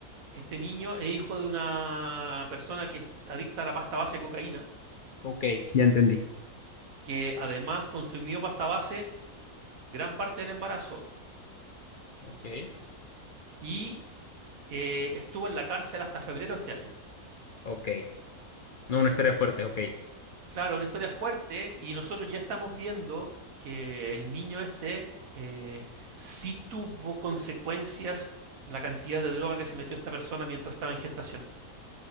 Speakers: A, on the right (about 65°); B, on the left (about 60°).
A: este niño es hijo de una persona que es adicta a la pasta base de cocaína,
B: Ok. Ya entendí.
A: que además consumió pasta base gran parte del embarazo.
B: Ok.
A: Y eh, estuvo en la cárcel hasta febrero de este año.
B: Ok. No, una historia fuerte, ok.
A: Claro, una historia fuerte y nosotros ya estamos viendo que el niño este eh, sí tuvo consecuencias la cantidad de droga que se metió esta persona mientras estaba en gestación.